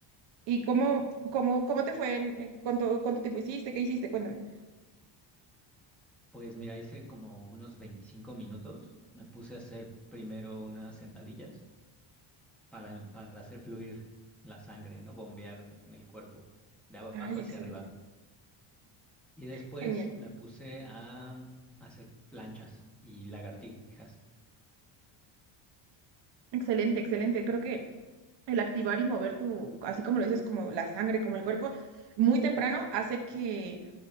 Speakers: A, on the right; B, in the centre.
A: y cómo, cómo, cómo te fue? en- en- ¿Cuánto, cuánto tiempo hiciste? ¿Qué hiciste? Cuéntame.
B: Pues mira, hice como unos 25 minutos. Me puse a hacer primero unas sentadillas para, para hacer fluir la sangre, ¿no? Bombear en en el cuerpo, de abajo
A: Ay,
B: hacia
A: excelente.
B: arriba. Y después
A: Genial.
B: me puse a hacer planchas y lagartijas.
A: Excelente, excelente. Creo que el activar y mover tu, así como lo dices, como la sangre, como el cuerpo, muy temprano hace que